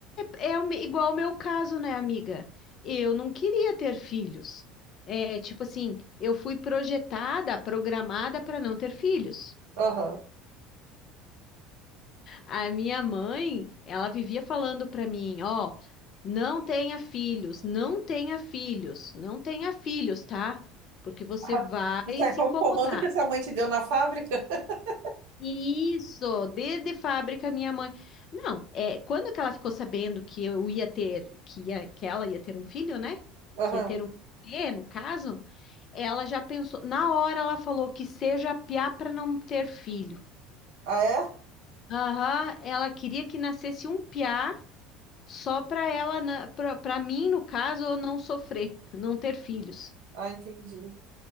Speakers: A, on the left; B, on the right.
A: é, é o me- igual o meu caso, né, amiga? Eu não queria ter filhos. É, tipo assim, eu fui projetada, programada para não ter filhos.
B: Aham. <laughs>
A: A minha mãe, ela vivia falando para mim, ó, não tenha filhos, não tenha filhos, não tenha filhos, tá? Porque você
B: Ah,
A: vai
B: Isso aí
A: se
B: foi
A: incomodar.
B: um comando que sua mãe te deu na fábrica? <laughs>
A: Isso, desde fábrica, minha mãe. Não, é, quando que ela ficou sabendo que eu ia ter, que ia, que ela ia ter um filho, né?
B: Aham.
A: Que ia ter um bebê, no caso, ela já pensou, na hora ela falou que seja piá para não ter filho.
B: Ah, é?
A: Aham, ela queria que nascesse um piá Só para ela, para mim, no caso, eu não sofrer, não ter filhos.
B: Ah, entendi.